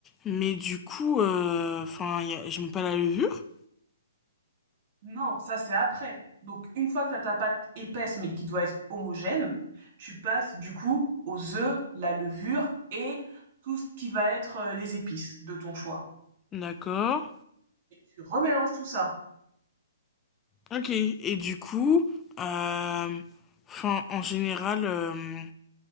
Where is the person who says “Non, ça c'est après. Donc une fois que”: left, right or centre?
Right